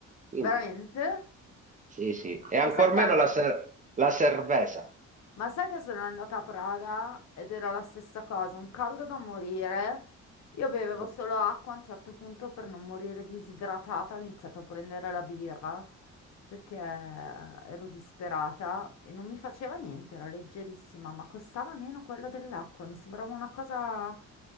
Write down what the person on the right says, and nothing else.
quindi
sì, sì, e ancor
meno
la, ser- la cerveza.
Eh,